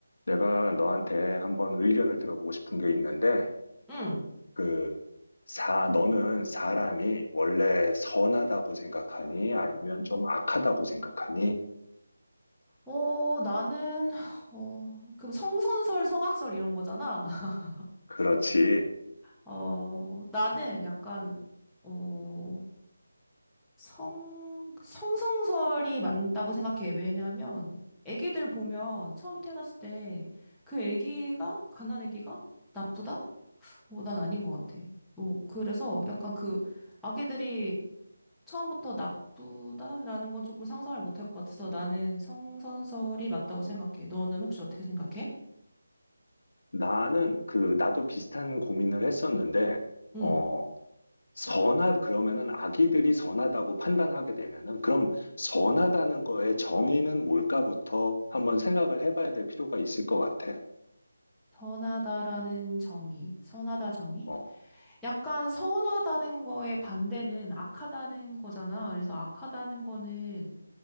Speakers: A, on the left (about 50°); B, in the centre.
A: 내가 너한테 한번 의견을 들어보고 싶은 게 있는데,
B: 응.
A: 그, 사, 너는 사람이 원래 선하다고 생각하니? 아니면 좀 악하다고 생각하니?
B: 어, 나는, 어, 그 성선설, 성악설 이런 거잖아. <laughs>
A: 그렇지.
B: 어, 나는 약간, 어, 성, 성성설이 맞다고 생각해. 왜냐면, 애기들 보면 처음에 태어났을 때, 그 애기가, 갓난 애기가 나쁘다? 어, 난 아닌 것 같아. 어, 그래서 약간 그, 아기들이 처음부터 나쁘다라는 건 조금 상상을 못할 것 같아서 나는 성선설이 맞다고 생각해. 너는 혹시 어떻게 생각해?
A: 나는 그, 나도 비슷한 고민을 했었는데,
B: 응.
A: 어, 선하, 그러면은 아기들이 선하다고 판단하게 되면은, 그럼 선하다는 거의 정의는 뭘까부터 한번 생각을 해봐야 될 필요가 있을 것 같아.
B: 선하다라는 정의, 선하다 정의?
A: 어.
B: 약간 선하다는 거의 반대는 악하다는 거잖아. 그래서 악하다는 거는,